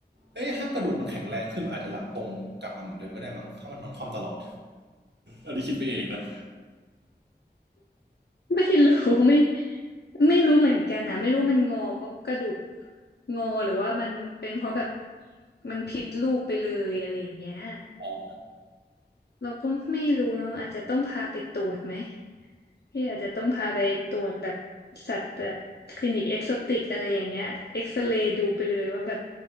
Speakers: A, on the right; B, on the left.
A: เอ้ยถ้ากระดูกมันแข็งแรงขึ้นอาจจะหลังตรงกลับมาเหมือนเดิมก็ได้มั้ง ถ้ามันนอนคว่ำตลอด อันนี้คิดไปเองนะ
B: ไม่รู้ <laughs> ไม่ไม่รู้เหมือนกันนะไม่รู้มันงอเพราะกระดูกงอหรือว่ามันเป็นเพราะแบบมันผิดรูปไปเลยอะไรอย่างเงี้ย
A: อ๋อ
B: เราก็ไม่รู้เนาะอาจจะต้องพาไปตรวจไหม พี่อาจจะต้องพาไปตรวจแบบสัตว์แบบคลินิกเอ็กโซติกอะไรอย่างเงี้ยเอ็กซเรย์ดูไปเลยว่าแบบ